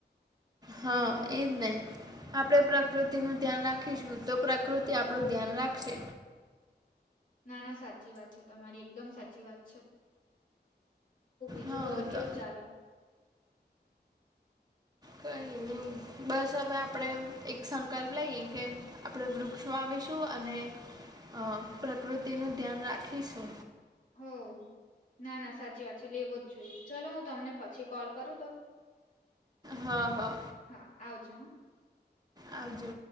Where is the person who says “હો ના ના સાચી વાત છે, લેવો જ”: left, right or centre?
Left